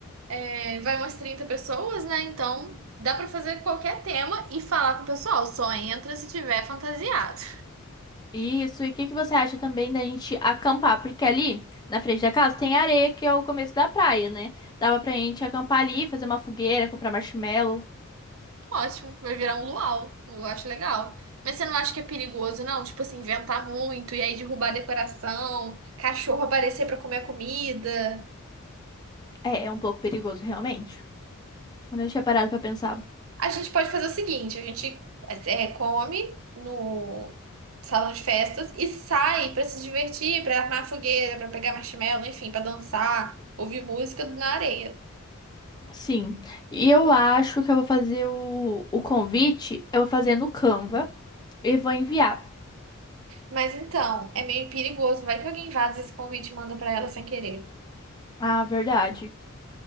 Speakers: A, on the right (about 70°); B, on the left (about 20°).
A: É, vai umas 30 pessoas, né? Então, dá pra fazer qualquer tema e falar com o pessoal, só entra se tiver fantasiado.
B: Isso. E o que que você acha também da gente acampar? Porque ali na frente da casa tem areia que é o começo da praia, né? Dava pra gente acampar ali, fazer uma fogueira, comprar marshmallow.
A: Ótimo, vai virar um luau. Eu acho legal. Mas você não acha que é perigoso, não? Tipo assim, inventar muito e aí derrubar a decoração, cachorro aparecer pra comer a comida.
B: É, é um pouco perigoso realmente. Eu não tinha parado pra pensar.
A: A gente pode fazer o seguinte: a gente é, come no salão de festas e sai pra se divertir, pra armar fogueira, pra pegar marshmallow, enfim, pra dançar, ouvir música na areia.
B: Sim. E eu acho que eu vou fazer o, o convite, eu vou fazer no Canva e vou enviar.
A: Mas então, é meio perigoso. Vai que alguém vaza esse convite e manda pra ela sem querer.
B: Ah, verdade.